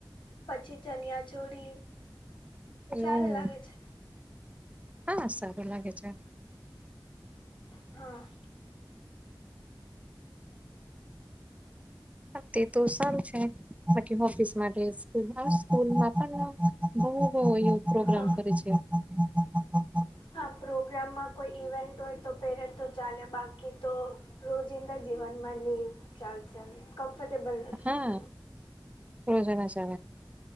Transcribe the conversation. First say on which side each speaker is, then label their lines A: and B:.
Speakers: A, on the left (about 85°); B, on the right (about 15°).
A: પછી ચનિયાચોલી સારું
B: એવું
A: લાગે છે.
B: હા સારું લાગે છે.
A: હા
B: તે તો સારું છે. બાકી ઓફિસ માટે સ્કુલમાં પણ બોવ પ્રોગ્રામ
A: હા
B: કરે છે. હા હા હા હા હા <unintelligible>
A: હા પ્રોગ્રામમાં કોઈ ઈવેન્ટ હોય તો પેરે તો ચાલે બાકી તો રોજિંદા જીવનમાં નહી ચાલશે કમ્ફર્ટેબલ નથી
B: હા રોજાના સય